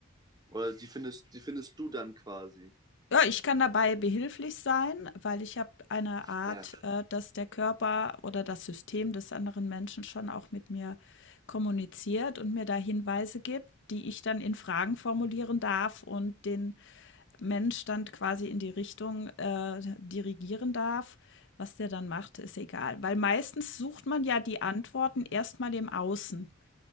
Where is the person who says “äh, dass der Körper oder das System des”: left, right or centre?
Left